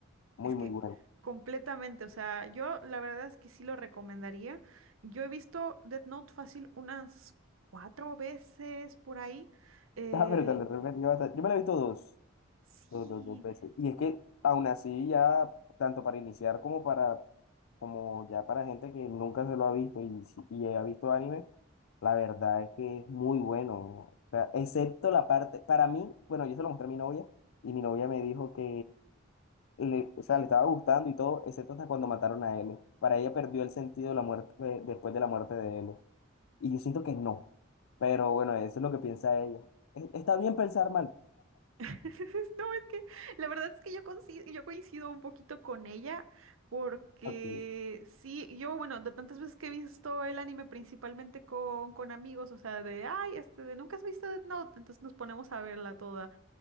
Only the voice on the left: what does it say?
muy,
muy
bueno.
<laughs>
La verdad, lo he repetido bastante. Yo me lo he visto dos,
dos, dos, dos veces. Y es que aún así ya, tanto para iniciar como para como ya para gente que nunca se lo ha visto y, si- y ha visto anime, la verdad es que es muy bueno. O sea, excepto la parte, para mí, bueno, yo se lo mostré a mi novia y mi novia me dijo que, le, o sea, le estaba gustando y todo, excepto hasta cuando mataron a L. Para ella perdió el sentido de la muerte, eh, después de la muerte de L. Y yo siento que no. Pero bueno, eso es lo que piensa ella. Es- Está bien pensar mal.
Ok,